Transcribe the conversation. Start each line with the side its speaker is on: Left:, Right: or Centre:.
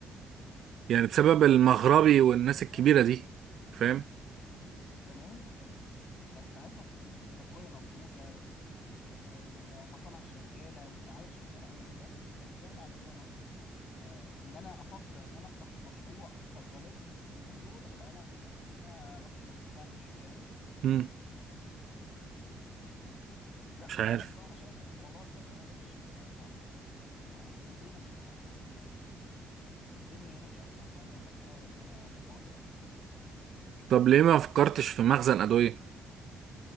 Right: يعني
Left: بص
Right: بسبب
Left: زمان
Right: المغربي
Left: كان مشروع الصيدليه
Right: والناس الكبيرة
Left: ده
Right: دي فاهم؟
Left: آه، بص زمان كان كان ساعتها في ادويه موجوده والمصانع شغاله والدعايه شغاله اما دلوقتي تلات ارباع الادويه ناقصه فان انا افكر ان انا افتح مشروع صيدليه اليومين دول ابقى انا واحد ما بيفهمش فاهم
Right: مم.
Left: لا
Right: مش
Left: م-
Right: عارف
Left: انا بصراحه شايف ان موضوع الصيدليه ده مش مش جايب همه بصراحه انا بيني وبينك انا حاسس ان ال- الدنيا هنا مش احسن حاجه بفكر ان انا اخد بعضي واخلع
Right: طب ليه ما فكرتش في مخزن أدوية؟